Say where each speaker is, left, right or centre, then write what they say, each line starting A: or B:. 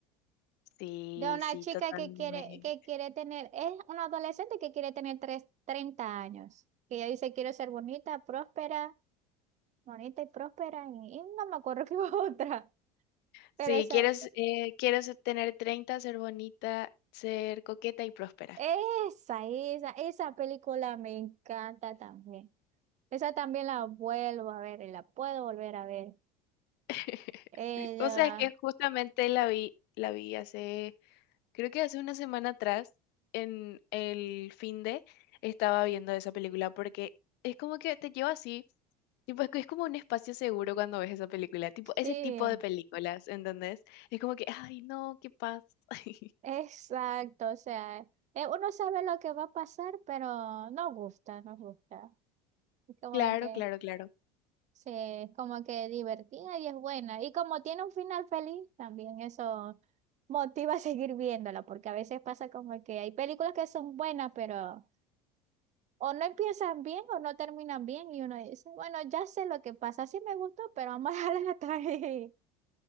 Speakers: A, on the left (about 55°); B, on the right (about 35°).
A: Sí,
B: De una
A: sí,
B: chica
A: totalmente.
B: que quiere, que quiere tener, es una adolescente que quiere tener tres, 30 años. Que ella dice, quiero ser bonita, próspera, bonita y próspera, y, y no me acuerdo qué <laughs> otra.
A: Sí,
B: Pero esa,
A: quiero, s- eh, quiero se- tener treinta ser bonita, ser coqueta y próspera.
B: esa, esa, esa película me encanta también. Esa también la vuelvo a ver y la puedo volver a ver.
A: <laughs>
B: Ella
A: Sí, O sea, es que justamente la vi, la vi hace Creo que hace una semana atrás, en el fin de, estaba viendo esa película porque es como que te lleva así, tipo, es, que es como un espacio seguro cuando ves esa película, tipo,
B: Sí,
A: ese tipo de películas, ¿entendés? Es como que, ay, no, qué paz. <laughs>
B: exacto, o sea, eh, uno sabe lo que va a pasar, pero no gusta, no gusta. Es como
A: Claro,
B: que,
A: claro, claro.
B: sí, es como que divertida y es buena. Y como tiene un final feliz, también eso motiva a seguir viéndola, porque a veces pasa como que hay películas que son buenas, pero o no empiezan bien o no terminan bien y uno dice, bueno, ya sé lo que pasa, sí me gustó, pero vamos a <laughs> dejarla hasta ahí,